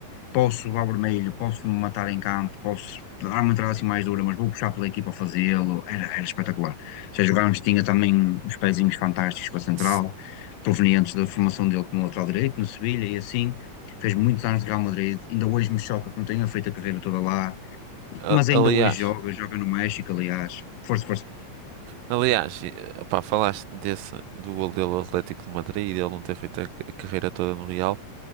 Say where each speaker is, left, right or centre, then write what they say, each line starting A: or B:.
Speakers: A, on the left; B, on the right.
A: posso levar vermelho, posso me matar em campo, posso dar uma entrada assim mais dura, mas vou puxar pela equipa a fazê-lo. Era, era espetacular. Já jogámos, tinha também os pezinhos fantásticos para a central,
B: Se-
A: provenientes da formação dele como lateral direito no Sevilha e assim. Fez muitos anos de Real Madrid, ainda hoje me choca que não tenha feito a carreira toda lá,
B: a-
A: mas ainda
B: Aliás,
A: hoje joga, joga no México, aliás. Força, força.
B: aliás, e, epá, falaste desse, do gol dele ao Atlético de Madrid e dele não ter feito a, ca- a carreira toda no Real.